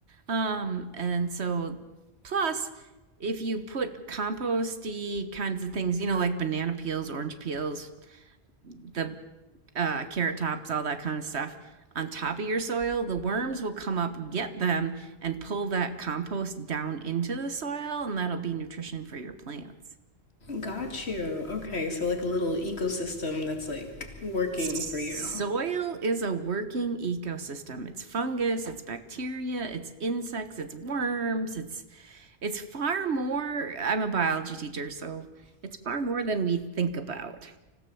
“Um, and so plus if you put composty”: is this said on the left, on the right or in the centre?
Right